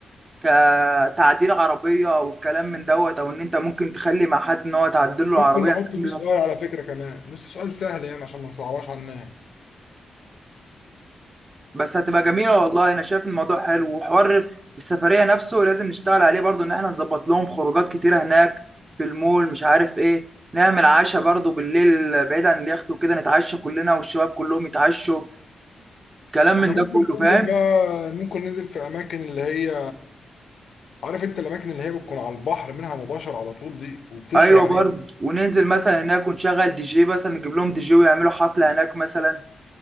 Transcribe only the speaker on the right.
كتعديل عربيه او الكلام من دوت او ان انت ممكن تخلي مع حد ان هو تعدل له
العربيه
كامله
بس هتبقى جميله والله انا شايف الموضوع حلو وحوار السفريه نفسه لازم نشتغل عليه برضو ان احنا نظبط لهم خروجات كتيره هناك في المول مش عارف ايه نعمل عشاء برضو بالليل بعيد عن اليخت وكده نتعشى كلنا والشباب كلهم يتعشوا كلام من
ده كله
فاهم
ايوه
برضه وننزل مثلا هناك ونشغل دي جي مثلا نجيب لهم دي جي ويعملوا حفله هناك مثلا